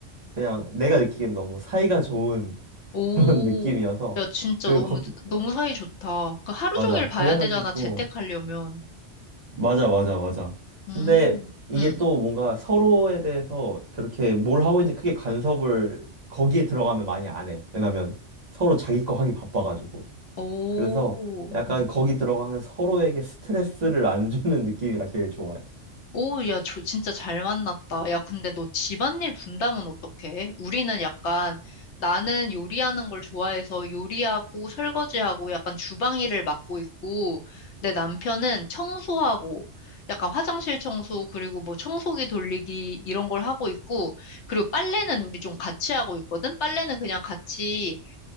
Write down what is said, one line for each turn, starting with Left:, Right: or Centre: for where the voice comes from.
Right: 그냥 내가 느끼기엔 너무 사이가 좋은
Left: 오,
Right: <laughs> 그런 느낌이어서
Left: 야, 진짜
Right: 그리고
Left: 너무,
Right: 거기
Left: 너무
Right: 어,
Left: 사이 좋다. 그 하루
Right: 맞아
Left: 종일 봐야
Right: 그래가지고
Left: 되잖아, 재택하려면.
Right: 맞아, 맞아, 맞아.
Left: 음,
Right: 근데 이게
Left: 응,
Right: 또 뭔가 서로에 대해서 그렇게 뭘 하고 있는지 크게 간섭을 거기에 들어가면 많이 안 해. 왜냐면 서로 자기 거 하기 바빠가지고.
Left: 오,
Right: 그래서 약간
Left: 어.
Right: 거기 들어가면 서로에게 스트레스를 안 주는 느낌이라 제일 좋아해.
Left: 오, 야, 저 진짜 잘 만났다. 야, 근데 너 집안일 분담은 어떡해? 우리는 약간 나는 요리하는 걸 좋아해서 요리하고 설거지하고 약간 주방 일을 맡고 있고 내 남편은 청소하고 약간 화장실 청소 그리고 뭐 청소기 돌리기 이런 걸 하고 있고 그리고 빨래는 우리 좀 같이 하고 있거든? 빨래는 그냥 같이